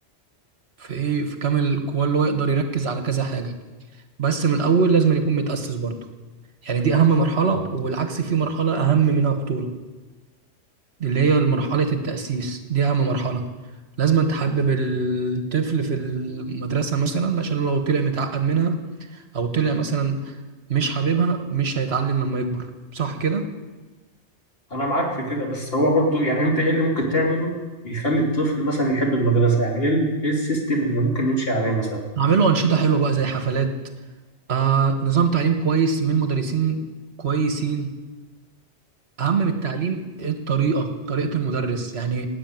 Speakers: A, on the right; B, on the left.
A: في ايه في كامل قواه اللي هو يقدر يركز على كذا حاجه بس من الاول لازم يكون متاسس برضو يعني دي اهم مرحله وبالعكس في مرحله اهم منها خطوره دي اللي هي مرحلة التأسيس دي أهم مرحلة لازم تحبب الطفل في المدرسة مثلا عشان لو طلع متعقد منها أو طلع مثلا مش حاببها مش هيتعلم لما يكبر صح كده؟
B: انا معاك في كده بس هو برضو يعني انت ايه اللي ممكن تعمله يخلي الطفل مثلا يحب المدرسه يعني ايه ال- ايه السيستم اللي ممكن نمشي عليه مثلا
A: أعمله أنشطة حلوة بقى زي حفلات آه نظام تعليم كويس من مدرسين كويسين أهم من التعليم الطريقة طريقة المدرس يعني